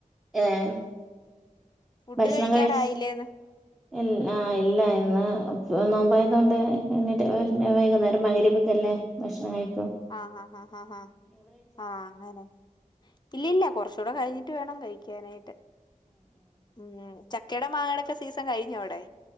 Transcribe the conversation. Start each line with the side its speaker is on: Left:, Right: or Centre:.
Centre: ഏഹ്
Left: ഫുഡ്
Centre: ഭക്ഷണം
Left: കഴിക്കാറായില്ലേന്ന്
Centre: കഴിച് ഇൽ ആഹ് ഇല്ലാ ഇന്ന് നോമ്പായതുകൊണ്ട് എന്നിട്ട് വൈകുന്നേരം ഭയങ്കര <unintelligible> ഭക്ഷണം കഴി
Left: ആഹ് ആഹ് ഹാ ഹാ ഹാ ആഹ് അങ്ങനെ ഇല്ലല്ല കുറച്ചൂടെ കഴിഞ്ഞിട്ട് വേണം കഴിക്കാനായിട്ട് ഉം ചക്കേടേം മാങ്ങേടക്കെ സീസൺ കഴിഞ്ഞോ അവിടെ